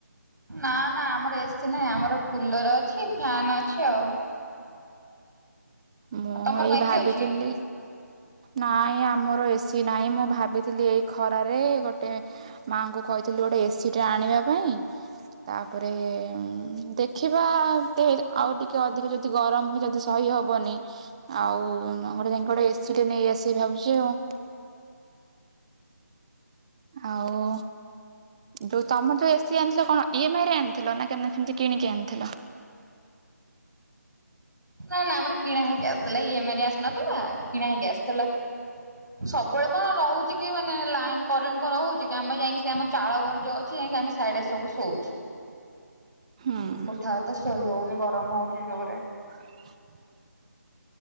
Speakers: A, on the right; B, on the right.
A: ନା, ନା ଆମର ଏସି ନାହିଁ। ଆମର କୁଲର ଅଛି ଫ୍ୟାନ ଅଛି ଆଉ।
B: ମୁଁ
A: ଆଉ ତମର
B: ଏଇ
A: କଣ
B: ଭାବିଥିଲି
A: ଏସି ଅଛି?
B: ନାଇଁ ଆମର ଏସି ନାହିଁ ମୁଁ ଭାବିଥିଲି ଏଇ ଖରାରେ ଗୋଟେ ମାଆଙ୍କୁ କହିଥିଲି ଗୋଟେ ଏସି ଟେ ଆଣିବା ପାଇଁ ତାପରେ ଉଁ ଦେଖିବାେ ଆଉ ଟିକେ ଆଉ ଟି କିଏ ଅଧିକ ଯଦି ଗରମ ହୁଏ ଯଦି ସହି ହେବନି ଆଉ ଆମର ଯାଇ ଗୋଟେ ଏସି ଟରେ ନେଇ ଆସିକି ଭାବୁଛି ଆଉ। ଆଉ ଯୋଉ ତମେ ତୋ ଏସି ଆଣିଥିଲ କଣ ଇ ଏମ ଆଇ ରେ ଆଣି ଥିଲ ନା କେ ସେମତି କିଣିକି ଆଣିଥିଲ।
A: ନା ନା ଆମର କିଣା ହେଇକି ଆସିଥିଲା ଇ ଏମେରି ଆସିନଥିଲା କିଣା ହେଇକି ଆସିଥିଲା, ସବୁବେଳେ କଣ ରହୁଛି କି ମାନେ ଲାଇନ କରେଣ୍ କ ରହୁଛି କି ଆମେ ଯାଇକି ସେ ଆମ ଚାଳ ଘର ଜଉ ଅଛି ଯାଇକି ଆମେ ସାଇଡ ସବୁ ଶୋଉଛୁ।
B: ହୁଁ।
A: କୋଠା ତ ସୋଇ ହେଉନି। ଗରମ ହେଉଛି ଜୋରରେ।
B: <unintelligible>